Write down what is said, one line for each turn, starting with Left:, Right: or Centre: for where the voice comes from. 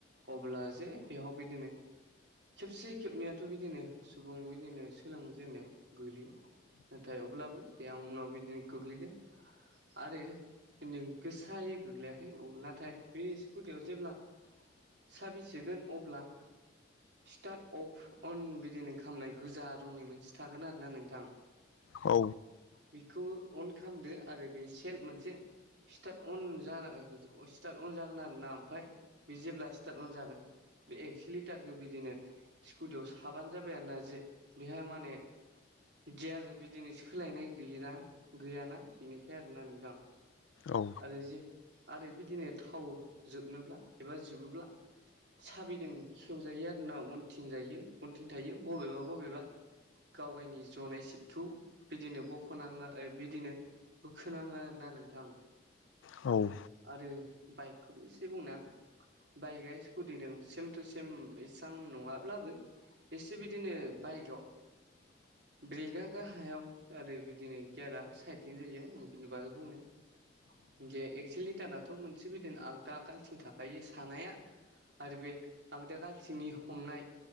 Right: अब्ला जे बेयाव बिदिनो खेबसे खेबनैाथ' बिदिनो सुबुं बिदिनो सोलोंजेनन्नायाव गोग्लैयो नाथाय अब्लाबो जे आं उनाव बिदिनो गोग्लैदों आरो बि गोसायै गोग्लैयाखै नाथाय बे गुदियाव जेब्ला साबि होगोन अब्ला स्टार्ट अफ अन बिदिनो खालामनाय गोजा रंनि मोनसे थागोन आरो ना नोंथां
Left: औ
Right: बेखौ अन खालामदो आरो बे सेल् मोनसे स्टार्ट अन जान स्टार्ट अन जागोन आरो ना ओमफफ्राय बे जेब्ला स्टार्ट अनजागोन बे एक्स' लिटारखौ बिदिनो स्कुटियाव साबानो जाबाय आरोना जे बेहााय माने दि आरो बिदिनो सोलायनाय गैा गैयाना बेनिखाय आरोना नोंथां
Left: औ
Right: आरो जे आरो बिदिनो थाव जोबनोब्ला एबा जबोब्ला साबिदों खेवजायो आर नाव उनथिं जायो उनथिं थायो बबेबा बबेबा गाव गावनि जनाय सिटखौ बिदिनो बख'नाङो बिदिनो बोखोनाङोना नोंथां
Left: औ
Right: आरो बाइकखौबो एसे बुंनो आां बाइकआ स्कुटिदों सेम थटु सेम इसां नङाब्लाबो एसे बिदिनो बाइकआव ब्रेका गाहायाव आरो बिदिनो गियारा साइदथिं जायो बिनि बागखौ बुंनो दे एक्स' लिटाराथ' मोनसे बिदिनो आगग आगालथिं थाखायो सानाया आरो बे आं दागालथिंनि हमनाय